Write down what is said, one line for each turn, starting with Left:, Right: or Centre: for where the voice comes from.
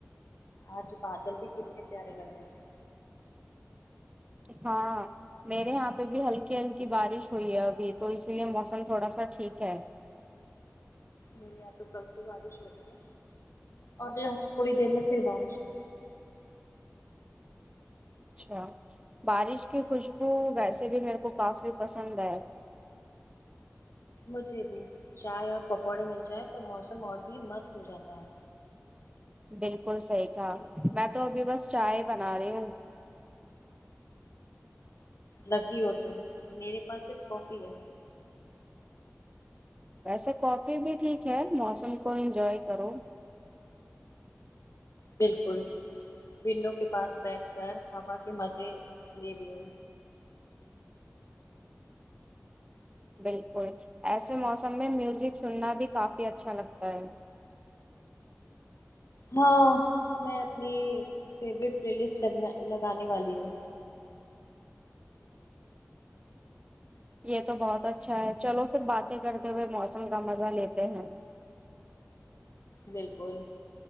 Left: آج بادل بھی کتنے پیارے لگ رہے ہیں
Right: ہاں میرے یہاں پے بھی ہلکی ہلکی بارش ہوئی ہے ابھی تو اس لیے موسم تھوڑا سا ٹھیک ہے
Left: میر یہاں تو کل سے بارش ہو رہی ہے ابھی تھوڑی دیر میں پھر بارش ہو
Right: اچھا بارش کی خوشبو ویسے بھی میرے کو کافی پسند ہے
Left: مجھے بھی چائے اور پکوڑے مل جائیں تو موسم اور بھی مست ہو جاتا ہے
Right: بالکل صحیح کہا میں تو ابھی بس چائے بنا رہی ہوں
Left: لکی ہو تو میرے پاس صرف کافی ہے
Right: ویسے کافی بھی ٹھیک ہے موسم کو انجوائے کرو
Left: بالکل ونڈو کے پاس بیٹھ کر ہوا کے مزے لے رہی ہوں
Right: بالکل ایسے موسم میں میوزک سننا بھی کافی اچھا لگتا ہے
Left: ہاں میں اپنی فیوریٹ پلے لسٹ لگ لگانے والی ہوں
Right: یہ تو بہت اچھا ہے چلو فھر باتیں کرتے ہوئے موسم کا مزہ لیتے ہیں
Left: بالکل